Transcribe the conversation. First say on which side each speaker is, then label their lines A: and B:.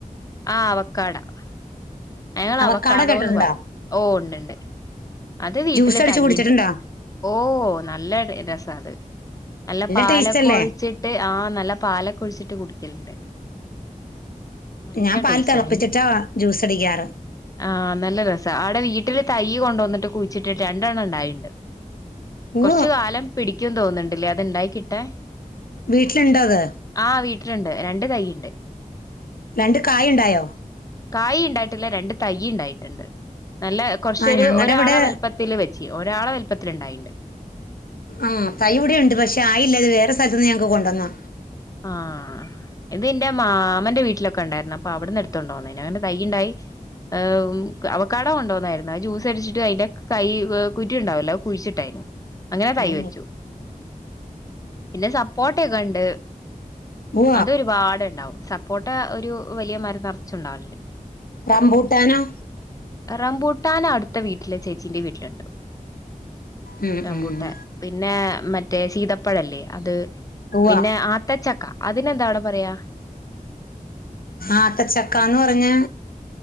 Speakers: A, on the left; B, on the left.
A: ആ പവക്കാടാ അയ്ന് ഞങ്ങള്
B: അവക്കാട
A: അവക്കാടോന്ന്
B: കേട്ടിട്ടുണ്ടോ
A: പറയും ഓ ഉണ്ട്ണ്ട് അത് വീട്ടില്
B: ജ്യൂസ് അടിച്ച്
A: ത <unintelligible>
B: കുടിച്ചിട്ടുണ്ടോ
A: ഓ നല്ല രസണ്ട് നല്ല പാലൊക്കെ
B: ടേസ്റ്റ് അല്ലേ
A: ഒഴിച്ച്- ട്ട് ആ നല്ല പാലൊക്കെ ഒഴിച്ചിട്ട് കുടിക്കല്ണ്ട് നല്ല
B: ഞാൻ പാൽ
A: ടേസ്റ്റാ
B: തെളപ്പിച്ചിട്ടാ ജ്യൂസ് അടിക്കാറ്
A: ആഹാ നല്ല രസാ അവിടെ വീട്ടില് തയ്യ് കൊണ്ടോന്നിട്ട് കുഴിച്ചിട്ടിട്ട് രണ്ടെണ്ണം ഇണ്ടായിട്ടുണ്ട് കൊറച്ച്
B: ഓ
A: കാലം പിടിക്കും തോന്നുന്ന്ണ്ട് ഇല്ലേ അത് ഇണ്ടായി കിട്ടാൻ
B: വീട്ടിൽ ഇണ്ടോ അത്
A: ആഹാ വീട്ടിലുണ്ട് രണ്ട് തൈയുണ്ട്
B: രണ്ട് കായ ഇണ്ടായോ
A: കായി ഇണ്ടായിട്ടില്ല രണ്ട് തൈ ഇണ്ടായിട്ടുണ്ട് നല്ല കൊറച്ചൊരു
B: ആ ഞങ്ങളുടെ
A: ഒരാളെ
B: ഇവിടെ
A: വലിപ്പത്തി- ത്തില് വെച്ചി ഒരാളെ വലുപ്പത്തിൽ ഇണ്ടായിണ്ട്
B: ആഹ് തൈ ഇവിടെയുണ്ട് പക്ഷേ ആയില്ല ഇത് വേറെ സ്ഥലത്തിന്ന് ഞങ്ങക്ക് കൊണ്ടുവന്നതാ
A: ആഹാ ഇത് ഇന്റെ മാമന്റെ വീട്ടിലൊക്കെ ഇണ്ടായിരുന്നു അപ്പോ അവിട്ന്ന് ഇടുത്തോണ്ട് പോന്നീനിം അയിന്റെ തൈയിണ്ടായി ഏ അവകാടോ കൊണ്ടോന്നായിരുന്നു അത് ജ്യൂസ് അടിച്ചിട്ട് അതിന്റെ തൈ കുരു ഉണ്ടാവല്ലോ കുഴിച്ചിട്ടായിരുന്നു അങ്ങനെ തൈ
B: ഓ
A: വെച്ചു പിന്നെ സപ്പോട്ടക്കെ ഒണ്ട്
B: ഓ
A: അത് ഒരുപാട്ണ്ടാവും സപ്പോട്ട ഒരു വലിയ മരം നറച്ചുണ്ടാവലുണ്ട്
B: റംമ്പൂട്ടാനോ
A: റബൂട്ടാൻ അടുത്ത വീട്ടിലെ ചേച്ചീന്റെ വീട്ടിലുണ്ട്
B: ഉം,
A: റംമ്പൂട്ടാൻ
B: ഉം.
A: പിന്നെ മറ്റേ സീതപ്പഴം ഇല്ലേ അത്
B: ഉവ്വ
A: പിന്നെ ആത്തച്ചക്ക അതിനെന്താ അവിടെ പറയ്ക
B: ആത്തച്ചക്കാന്ന് പറഞ്ഞ-